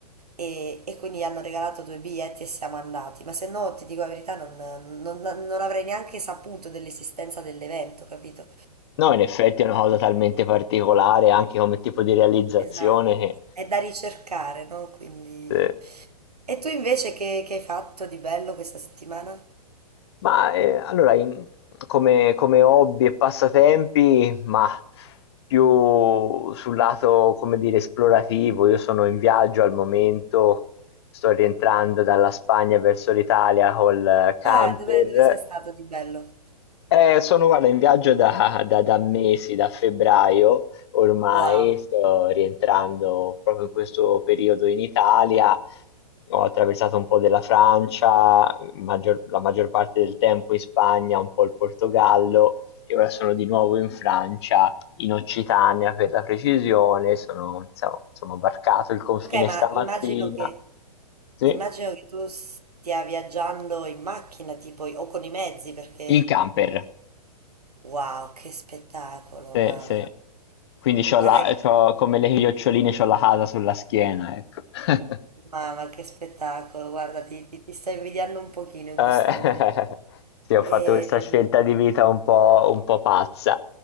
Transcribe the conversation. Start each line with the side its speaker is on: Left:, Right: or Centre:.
Right: e, e quindi gli hanno regalato due biglietti e siamo andati. Ma se no, ti dico la verità, non, non- non avrei neanche saputo dell'esistenza dell'evento, capito?
Left: No, in effetti è una cosa talmente particolare anche come tipo di realizzazione
Right: Esatto,
Left: che
Right: è da ricercare, no? Quindi...
Left: Sì.
Right: E tu invece che, che hai fatto di bello questa settimana?
Left: Ma, ehm, allora in come come hobby e passatempi, mah, più sul lato, come dire, esplorativo. Io sono in viaggio al momento, sto rientrando dalla Spagna verso l'Italia col eh, camper
Right: Ah, dove, dove sei stato di bello?
Left: eh, sono guarda, in viaggio da, da- da mesi, da febbraio ormai,
Right: Wow.
Left: sto rientrando proprio in questo periodo in Italia, ho attraversato un po' della Francia, maggior- la maggior parte del tempo in Spagna, un po' il Portogallo e ora sono di nuovo in Francia, in Occitania per la precisione, sono, insomma, sono varcato il confine
Right: Ok, ma
Left: stamattina,
Right: immagino che,
Left: sì,
Right: immagino che tu stia viaggiando in macchina, tipo, o con i mezzi, perché...
Left: in camper.
Right: Wow, che spettacolo,
Left: Sì,
Right: mamma
Left: sì.
Right: mia.
Left: Quindi c'ho
Right: Guarda
Left: la
Right: che...
Left: c'ho come le chioccioline, c'ho la casa sulla schiena, ecco. <laughs>
Right: Mamma, che spettacolo, guarda, ti, ti, ti sto invidiando un pochino in
Left: Eh,
Right: questo
Left: <laughs>
Right: momento.
Left: sì, ho
Right: Ehm,
Left: fatto questa scelta di vita un po', un po' pazza.